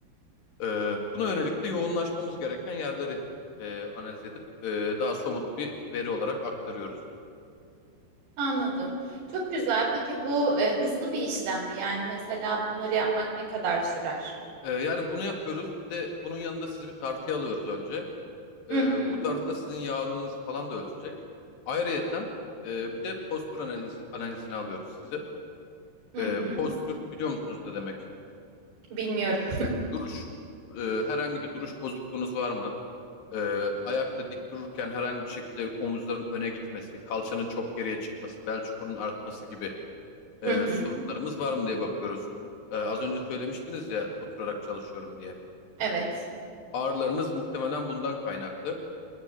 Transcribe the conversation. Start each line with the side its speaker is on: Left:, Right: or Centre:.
Left: Ee, buna yönelik de yoğunlaşmamız gereken yerleri e, analiz edip e, daha somut bir veri olarak aktarıyoruz.
Right: Anladım. Çok güzel. Peki bu e, hızlı bir işlem mi? Yani mesela bunları yapmak ne kadar sürer?
Left: Ee, yani bunu yapıyoruz. Bir de bunun yanında sizi bir tartıya alıyoruz önce. Ee,
Right: Hı hı.
Left: bu tarzda sizin yağ oranınızı falan da ölçecek. Ayrıyeten e, bir de postür analiz, analizini alıyoruz sizi.
Right: Hı
Left: Ee,
Right: hı.
Left: postür biliyor musunuz ne demek?
Right: Bilmiyorum.
Left: Duruş. Ee, herhangi bir duruş bozukluğunuz var mı? Ee, ayakta dik dururken herhangi bir şekilde omuzların öne gitmesi, kalçanın çok geriye çıkması, bel çukurunun artması gibi e,
Right: <laughs> Hı hı.
Left: sorunlarımız var mı diye bakıyoruz. Ee, az önce söylemiştiniz ya oturarak çalışıyorum diye.
Right: Evet.
Left: Ağrılarınız muhtemelen bundan kaynaklı.